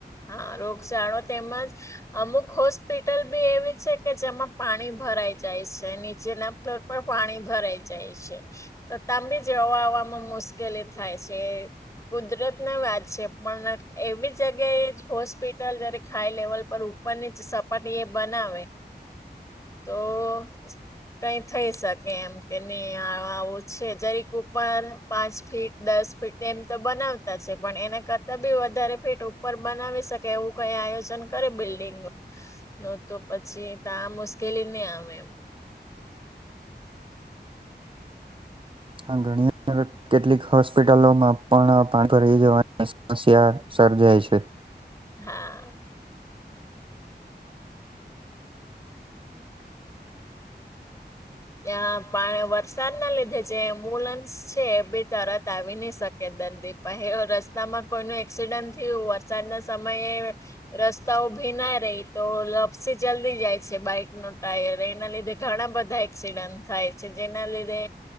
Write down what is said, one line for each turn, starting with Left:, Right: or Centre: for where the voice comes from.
Left: હા રોગચાળો તેમજ અમુક હોસ્પિટલ બી એવી છે કે જેમાં પાણી ભરાઈ જાય છે નીચેના ફલો પણ પાણી ભરાઈ જાય છે. તો તાંબી જવાવામાં મુશ્કેલી થાય છે. કુદરત ને વાત છે પણ એવી જગ્યાએ હોસ્પિટલ જરીક હાઈ લેવલ પર ઉપરની જ સપાટી એ બનાવે. તો સા કઈ થઈ શકે એમ કે નહી આ આવું છે જરીક ઉપર પાંચ ફીટ દસ ફીટ તેમ તો બનાવતા છે પણ એના કરતાં બી વધારે ફીટ ઉપર બનાવી શકે એવું કઈ આયોજન કરે બિલ્ડિંગ. તો તો પછી તા મુશ્કેલી નહી આવે એમ.
Right: આ ઘણી અંદર <unintelligible> કેટલીક હોસ્પિટલોમાં પણ પાણી ભરાઈ જવાની સમસ્યા સર્જાય છે.
Left: હા. ત્યાં પા વરસાદના લીધે જે એમ્બુલન્સ છે એ બી તરત આવી ની શકે કે દર્દી પાહે અ રસ્તામાં કોઈનું એક્સિડન્ટ થયું વરસાદના સમયે રસ્તાઓ ભીના રહે તો લપસી જલ્દી જાય છે બાઈક નો ટાયર એના લીધે ઘણા બધા એક્સિડન્ટ થાય છે જેના લીધે